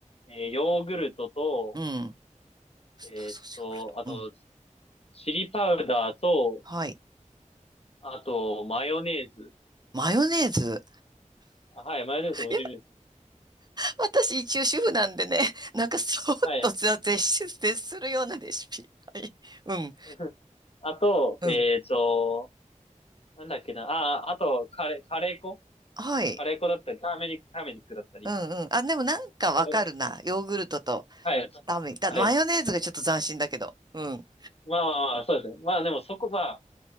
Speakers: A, on the left; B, on the right.
A: えーヨーグルトと、
B: うん。ウスターソースヨーグルト。
A: えっと、あと、
B: うん。
A: チリパウダーと、
B: はい。
A: あと、マヨネーズ。
B: マヨネーズ。
A: あ、はい、マヨネーズも入れるんです。
B: いや、私一応主婦なんでね、<laughs> なんかそっと絶絶絶するようなレシピ。
A: はい。
B: はい。うん、
A: <laughs> あと、
B: うん。
A: えっと、なんだっけな。ああ、あと、カレー、カレー粉
B: はい。
A: カレー粉だったり、ターメリック、ターメリックだったり。
B: うんうん。あ、でもなんかわかるな。
A: は
B: ヨーグルトと
A: い。
B: ラーメン。だ、
A: はい。
B: マヨネーズがちょっと斬新だけど。うん。
A: まあまあまあ、そうですね。まあでもそこ、まあ、